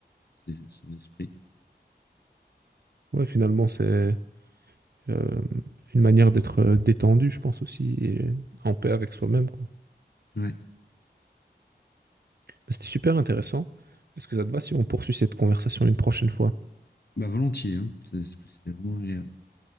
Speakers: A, on the left; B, on the right.
A: ses- son esprit.
B: Ouais, finalement, c'est... Euh, une manière d'être euh, détendu, je pense aussi, et en paix avec soi-même, quoi.
A: Ouais,
B: Bah, C'était super intéressant. Est-ce que ça
A: ouais.
B: te va si on poursuit cette conversation une prochaine fois?
A: Bah, volontiers, hein. C'est- C'était vraiment agréable.